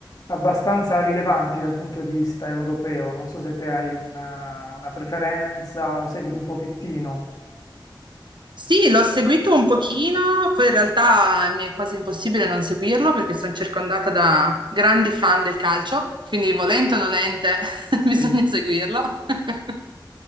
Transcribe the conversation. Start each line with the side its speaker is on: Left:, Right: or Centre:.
Left: abbastanza rilevanti dal punto di vista europeo. Non so se te hai una, una preferenza o segui un pochettino.
Right: Sì, l'ho seguito un pochino, poi in realtà mi è quasi impossibile non seguirlo perché sono circondata da grandi fan del calcio, quindi volente o nolente <laughs> bisogna
Left: Sì.
Right: seguirlo. <laughs>